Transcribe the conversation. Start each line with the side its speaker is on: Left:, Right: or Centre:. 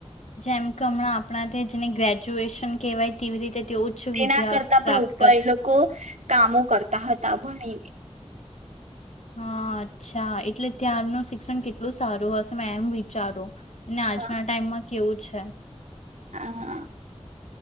Left: જેમ કે હમણાં આપણા તે જેને ગ્રેજ્યુએશન કહેવાય તેવી રીતે તે ઉચ્ચ
Right: તેના
Left: વિદ્યા
Right: કરતા પણ
Left: પ્રાપ્ત
Right: ઉપર
Left: કરતા
Right: એ લોકો કામો કરતા હતા ભણીને
Left: હા અચ્છા એટલે ત્યાંનું શિક્ષણ કેટલું સારું હશે મે એમ વિચારો અને આજના
Right: હા
Left: ટાઈમમાં કેવું છે.
Right: હા.